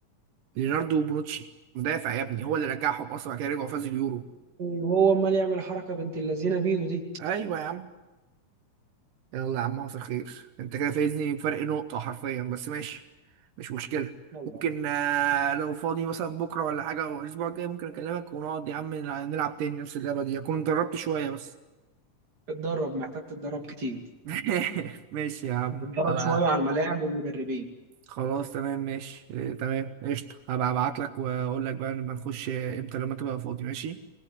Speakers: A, on the right; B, on the right.
A: ليوناردو بونوتشي مدافع يا ابني هو اللي رجعهم اصلا بعد كده رجعوا فازوا اليورو
B: وهو امال يعمل حركه بنت اللذينه بيدو دي
A: ايوه يا عم يلا يا عم حصل خير انت كده فايزني بفرق نقطة حرفيا بس ماشي مش مشكلة
B: يلا
A: ممكن آه، لو فاضي مثلا بكرة ولا حاجة أو الأسبوع الجاي ممكن أكلمك ونقعد يا عم نلع- نلعب تاني نفس اللعبة دي أكون دربت شوية بس
B: اتدرب محتاج تتدرب كتير
A: <laughs> ماشي يا عم
B: اتدرب
A: هبقى
B: شويه على الملاعب والمدربين
A: خلاص تمام ماشي اه، تمام قشطة هبقى أبعتلك وأقول لك بقى لما نخش آه، إمتى لما تبقى فاضي ماشي